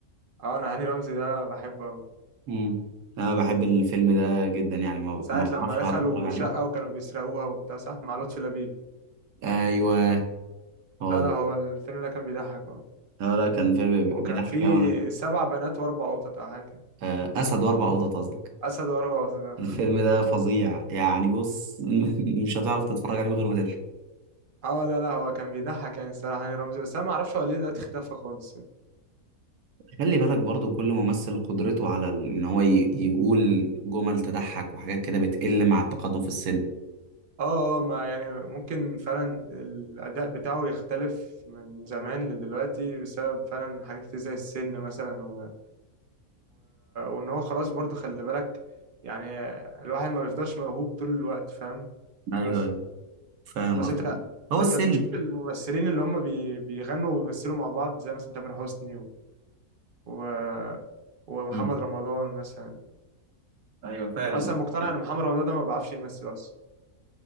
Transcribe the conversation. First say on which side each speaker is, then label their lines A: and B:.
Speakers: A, on the right; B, on the right.
A: اه انا هاني رمزي ده بحبه أوي.
B: مم. أنا بحب الفيلم ده جدا يعني ما,
A: ساعة
B: ما
A: لما
B: بعرفش
A: دخلوا
B: أقعد أتفرج عليه
A: شقة وكانوا بيسرقوها وبتاع صح مع لطفي لبيب
B: أيوه هو
A: لا لا
B: ده
A: هو الفيلم ده كان بيضحك اه
B: لا لا كان فيلم
A: وكان
B: بيضحك
A: فيه
B: أوي أنا
A: سبع بنات واربع قطط او حاجة كده
B: آه، أسد وأربع قطط قصدك
A: اسد واربع قطط
B: الفيلم ده فظيع يعني بص <laughs> مش هتعرف تتفرج عليه من غير ما تضحك
A: <laughs> اه لا لا هو كان بيضحك يعني الصراحة هاني رمزي بس انا ما اعرفش هو ليه دلوقتي اختفى خالص يعني
B: خلي بالك برضو كل ممثل قدرته على ال- ان هو ي- يقول جمل تضحك وحاجات كده بتقل مع التقدم في السن
A: اه اه ما يعني ممكن فعلا الاداء بتاعه يختلف من زمان لدلوقتي بسبب فعلا حاجات كتير زي السن مثلا و... وان هو خلاص برضو خلي بالك يعني الواحد ما بيفضلش موهوب طول الوقت فاهم
B: ايوه
A: بس
B: ايوه فاهم
A: بس
B: قصدك
A: انت
B: هو السن
A: انت بتشوف الممثلين اللي هم بي... بيغنوا وبيمثلوا مع بعض زي مثلا تامر حسني و... و... ومحمد
B: مم.
A: رمضان مثلا
B: ايوه فاهم
A: انا اصلا
B: قصدك
A: مقتنع ان محمد رمضان ده ما بيعرفش يمثل اصلا